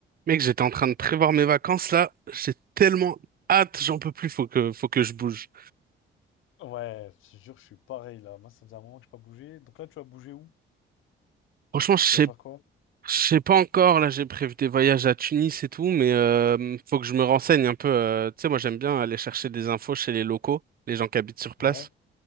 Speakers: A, on the right; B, on the left.
A: Mec, j'étais en train de prévoir mes vacances là. J'ai tellement hâte, j'en peux plus. Faut que, faut que je bouge.
B: Ouais, je te jure, je suis pareil là. Moi, ça faisait un moment que je n'ai pas bougé. Donc là, tu vas bouger où?
A: Franchement, je sais,
B: Tu vas faire quoi?
A: je sais pas encore. Là, j'ai prévu des voyages à Tunis et tout, mais euh, faut que je me renseigne un peu. euh, tu sais, moi, j'aime bien aller chercher des infos chez les locaux, les gens qui habitent sur place.
B: Ouais.